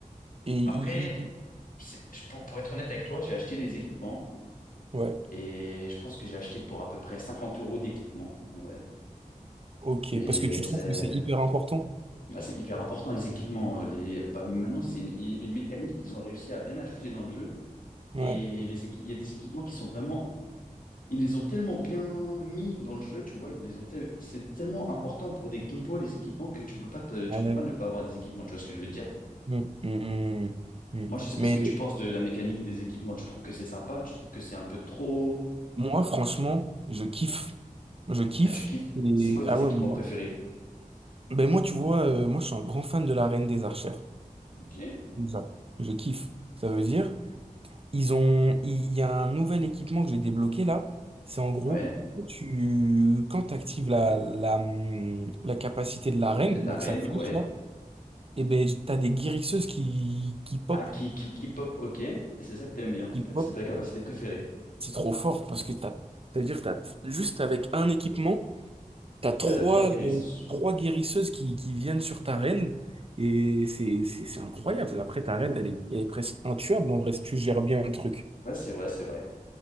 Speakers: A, on the right; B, on the left.
A: et il-
B: Après,
A: il- il-
B: c'est- je- pour, pour être honnête avec toi, j'ai acheté les équipements.
A: ouais.
B: Et je pense que j'ai acheté pour à peu près 50 euros d'équipement, en vrai.
A: Ok.
B: Mais
A: Parce que tu
B: c'est
A: trouves que c'est hyper important?
B: bah, c'est hyper important, les équipements. euh, Les... bah, maintenant, c'est une, une mécanique qu'ils ont réussi à bien ajouter dans le jeu.
A: Ouais.
B: Et les équi- il y a des équipements qui sont vraiment... Ils les ont tellement bien mis dans le jeu, tu vois, ils les ont tel- c'est tellement important pour des compos, les équipements, que tu peux pas te- tu
A: Ouais.
B: peux pas ne pas avoir des équipements, tu vois ce que je veux dire?
A: Mm, mm, mm, mm.
B: Moi, je sais
A: Mais
B: pas ce que tu penses de la mécanique des équipements. Tu trouves que c'est sympa? Tu trouves que c'est un peu trop?
A: Moi, franchement, je kiffe. Je kiffe.
B: Ah, tu kiffes?
A: Et
B: C'est quoi tes
A: ah ouais,
B: équipements
A: moi.
B: préférés?
A: Ben moi, tu vois, euh, moi, je suis un grand fan de la Reine des Archères.
B: Ok.
A: Déjà, je kiffe. Ça veut dire, ils ont, il y a un nouvel équipement que j'ai débloqué là. C'est en gros,
B: Ouais.
A: tu, quand tu actives la, la, hum, la capacité de la reine,
B: T'es de la
A: donc
B: reine,
A: sa flèche
B: ouais.
A: là, et ben t'as des guérisseuses qui, qui pop,
B: Ah, qui, qui, qui pop, ok. Et c'est ça que t'aimes bien.
A: qui
B: T'as-
A: pop.
B: C'est ta capacité préférée.
A: C'est trop fort parce que t'as, c'est-à-dire, que t'as juste avec un équipement. T'as trois,
B: T'as trois guérisons.
A: euh, trois guérisseuses qui, qui viennent sur ta reine et c'est c'est- c'est incroyable. Après, ta reine, elle est, elle est presque intuable en vrai si tu gères bien le truc.
B: Ouais, c'est vrai, c'est vrai.